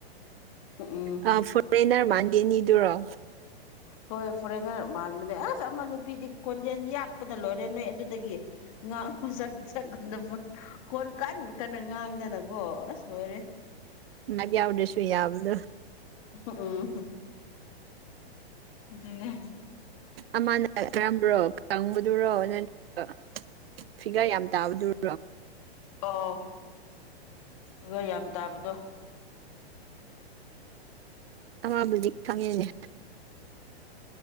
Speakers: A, on the left (about 35°); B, on the right (about 65°).
A: ꯎꯝ
B: ꯑꯥ ꯐꯣꯔꯦꯟꯅꯔ ꯃꯥꯟꯕꯤ ꯑꯅꯤ ꯗꯨꯔꯣ
A: ꯍꯣꯏ ꯐꯣꯔꯦꯟꯅꯔ ꯃꯥꯟꯕꯅꯦ ꯑꯁ ꯑꯃ ꯅꯨꯄꯤꯗꯤ ꯈꯣꯟꯖꯦꯜ ꯌꯥꯛꯄ ꯅ ꯂꯣꯏꯔꯦ ꯅꯣꯏ ꯑꯗꯨꯗꯒꯤ ꯉꯥꯡ ꯁꯛꯄꯗꯀꯣ ꯈꯣꯟ ꯀꯟ ꯀꯟꯅ ꯉꯥꯡ ꯗꯅꯀꯣ ꯑꯁ ꯂꯣꯢꯔꯦ
B: ꯃꯥꯏꯞ ꯌꯥꯎꯗ꯭ꯔꯁꯨ ꯌꯥꯕꯗꯣ
A: ꯍꯎꯝ ꯑꯗꯨꯅꯦ
B: ꯑꯃꯅ ꯀꯔꯝꯕꯔꯣ ꯀꯪꯕꯗꯨꯔꯣ ꯅꯠꯇ꯭ꯔꯒ ꯐꯤꯒꯔ ꯌꯥꯝ ꯇꯥꯕꯗꯨꯔꯣ
A: ꯑꯣ ꯐꯤꯒꯔ ꯌꯥꯝ ꯇꯥꯕꯗꯣ
B: ꯑꯃꯕꯨꯗꯤ ꯈꯪꯉꯦꯅꯦ